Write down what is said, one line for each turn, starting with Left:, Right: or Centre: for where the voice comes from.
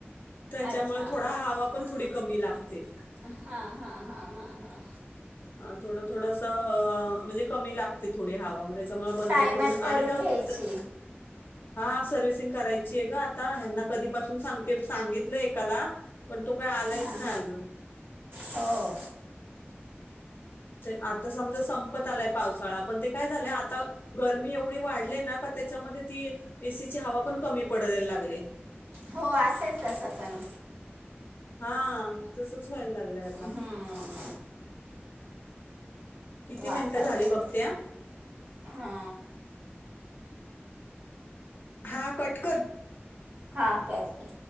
Left: त्याच्यामुळे
Right: अच्छा. हवा
Left: थोडा पण थोडी कमी
Right: पण
Left: लागते
Right: हा हा हा हा हा
Left: अ थोडं थोडस अ म्हणजे, कमी लागते थोडी हवामध्ये त्यामुळे बंद
Right: टायमात
Left: ठेवूनच
Right: करून
Left: आणि काय होत
Right: घ्यायची
Left: हा सर्व्हिसिंग करायचीय ग आता. ह्यांना कधीपासून सांगते सांगितलं एकाला पण तो तो काय आलायच
Right: हां
Left: नाही अजून
Right: हो
Left: ते आता समजा संपत आलाय पावसाळा पण, ते काय झालंय आता गरमी एवढी वाढली ना का त्याच्यामध्ये ती ए सी ची हवा पण कमी पडायला लागलय.
Right: हो. असेल तसं पण.
Left: हा. तसंच व्हायला लागलंय आता.
Right: हम्म,
Left: किती
Right: वातावरण,
Left: मिनिटं झाली बघते हा
Right: हा.
Left: हा. कट कर.
Right: हा. करते.